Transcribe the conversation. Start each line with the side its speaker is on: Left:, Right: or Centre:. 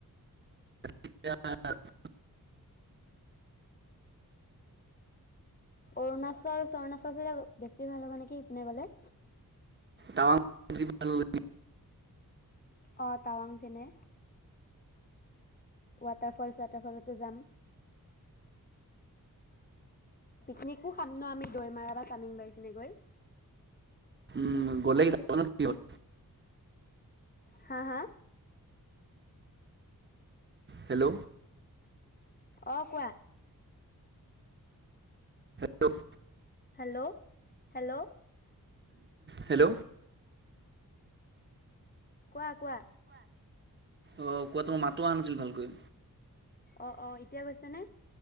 Right: <unintelligible>
Left: অৰুণাচল তৰুণাচল ফালে বেছি ভাল হ'ব নেকি? সিপিনে গ'লে।
Right: টাৱাং যি <unintelligible>
Left: অ' টাৱাং ফিনে। ৱাটাৰফল ছোৱাটাৰফলতো যাম। পিকনিকো খাম ন আমি দৈমাৰা বা তামিং বাৰি পিনে গৈ।
Right: উম গলে <unintelligible>
Left: হা হা
Right: হেল্ল'।
Left: অ কোৱা।
Right: Hello
Left: hello hello.
Right: হেল্ল'।
Left: কোৱা। কোৱা।
Right: অ কোৱা তোমাৰ মাতটো অহা নাছিল ভালকৈ।
Left: অ অ এতিয়া গৈছেনে?